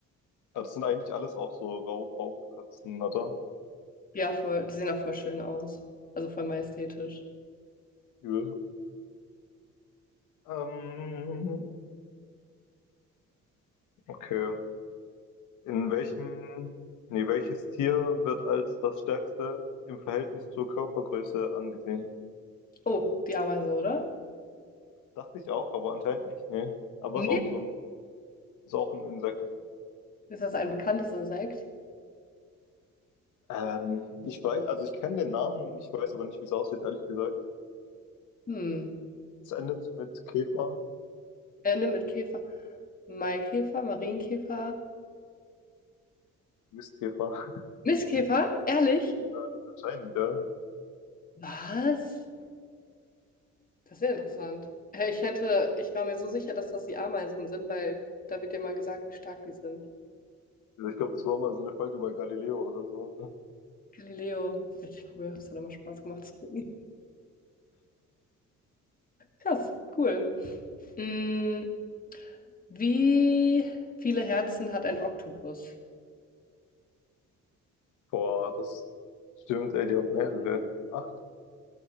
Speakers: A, on the left (about 85°); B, on the left (about 30°).
A: Ah, das sind eigentlich alles auch so Rau Raubkatzen, oder?
B: Ja, voll. Die sehen auch voll schön aus. Also voll majestätisch.
A: Übel. Ähm, okay. In welchem, nee, welches Tier wird als das stärkste im Verhältnis zur Körpergröße angesehen?
B: Oh, die Ameise, oder?
A: Dachte ich auch, aber anscheinend nicht, nee. Aber
B: Nee.
A: ist auch so ein, ist auch ein Insekt.
B: Ist das ein bekanntes Insekt?
A: Ähm, ich weiß, also ich kenne den Namen, ich weiß aber nicht, wie es aussieht, ehrlich gesagt.
B: Hm.
A: Es endet mit Käfer,
B: Ende mit Käfer. Maikäfer, Marienkäfer.
A: Mistkäfer. <laughs>
B: Mistkäfer? Ehrlich?
A: Ja, anscheinend, ja.
B: Was? Das ist sehr interessant. Hey, Ich hätte, ich war mir so sicher, dass das die Ameisen sind, weil da wird ja mal gesagt, wie stark die sind.
A: Also ich glaube, es war mal so eine Folge bei Galileo oder so. ne?
B: Galileo. Richtig cool. Das hat immer Spaß gemacht zu gucken. Krass, cool. Hm, wie viele Herzen hat ein Oktopus?
A: Boah, das stimmt, ey, die haben mehrere. Acht.